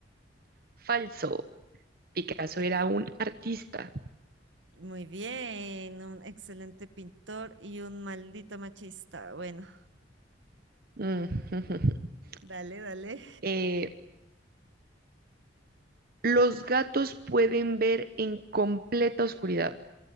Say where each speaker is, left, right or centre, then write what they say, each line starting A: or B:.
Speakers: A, on the right (about 50°); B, on the right (about 80°).
A: Falso. Picasso
B: Sí.
A: era un artista.
B: Muy bien, un excelente pintor y un maldito machista. Bueno,
A: Ujú. <laughs>
B: dale, dale.
A: Eh, los gatos pueden ver en completa oscuridad.